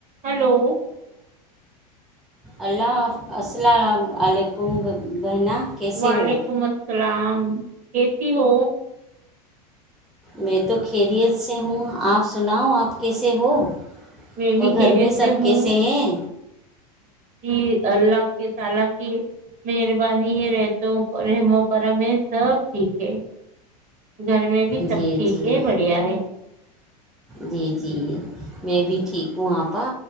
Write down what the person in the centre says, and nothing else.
اللہف السلام علیکم بہنا کیسے
ہو
میں تو <unintelligible> کیریئر سے ہوں آپ سناؤ آپ کیسے ہو
اور گھر
میں
سب
کیسے ہیں
جی
جی
جی جی میں بھی ٹھیک ہوں آپا